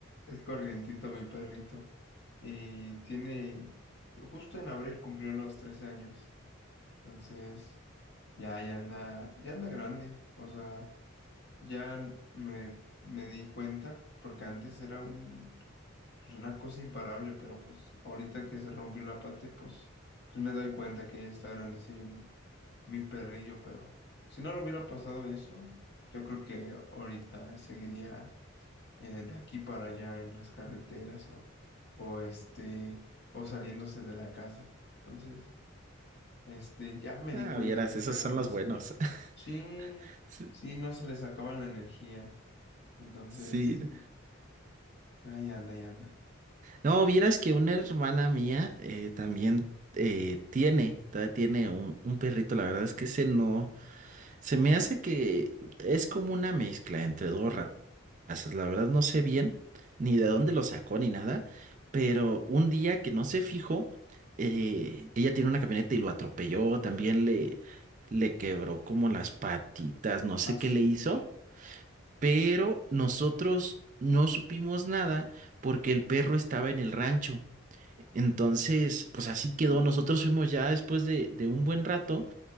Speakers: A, on the left; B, on the right.
A: es corrientito mi perrito. Y tiene, justo en abril cumplió los 13 años. Entonces, ya, ya anda, ya anda grande. O sea, ya me, me di cuenta, porque antes era un, pues una cosa imparable, pero pues ahorita que se rompió la pata, pues, pues me doy cuenta que ya está grandecillo mi, mi perrillo, pero si no le hubiera pasado eso, yo creo que ahorita seguiría eh, de aquí para allá en las carreteras o, o este, o saliéndose de la casa. Entonces. Este, ya me
B: Ah,
A: di cuenta
B: vieras,
A: que está
B: esos
A: grandecillo.
B: son los buenos. <laughs>
A: Sí,
B: Sí,
A: sí, no se les acaba la energía. Entonces,
B: sí. No,
A: ahí anda, ahí anda.
B: No, vieras que una hermana mía eh, también eh, tiene, todavía tiene un, un perrito. La verdad es que ese no. Se me hace que es como una mezcla entre dos ra- razas. La verdad no sé bien ni de dónde lo sacó ni nada, pero un día que no se fijó, eh, ella tiene una camioneta y lo atropelló, también le, le quebró como las patitas, no
A: A
B: sé qué
A: su
B: le hizo,
A: mecha.
B: pero nosotros no supimos nada porque el perro estaba en el rancho. Entonces, pues así quedó. Nosotros fuimos ya después de, de un buen rato.